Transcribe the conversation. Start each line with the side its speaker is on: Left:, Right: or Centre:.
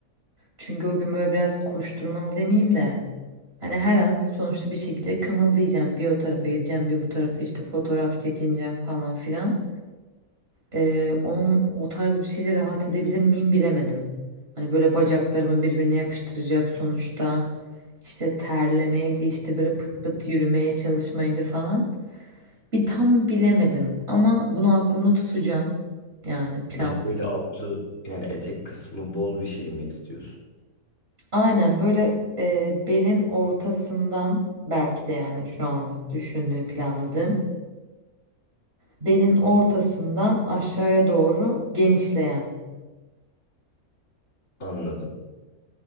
Right: Çünkü o gün böyle biraz koşturmalı demeyeyim de Hani her an sonuçta bir şekilde kımıldayacağım. Bir o tarafa gideceğim, bir bu tarafa işte fotoğraf çekineceğim falan filan. Ee, onun o tarz bir şeyle rahat edebilir miyim bilemedim. Hani böyle bacaklarımı birbirine yapıştıracak sonuçta. İşte terlemeydi, işte böyle pıt pıt yürümeye çalışmaydı falan. Bir tam bilemedim ama bunu aklımda tutacağım. Yani plan.
Left: Daha böyle altı yani etek kısmı bol bir şey mi istiyorsun?
Right: Aynen böyle e, belin ortasından belki de yani şu anlık düşündüğüm, planladığım. belin ortasından aşağıya doğru genişleyen
Left: Anladım.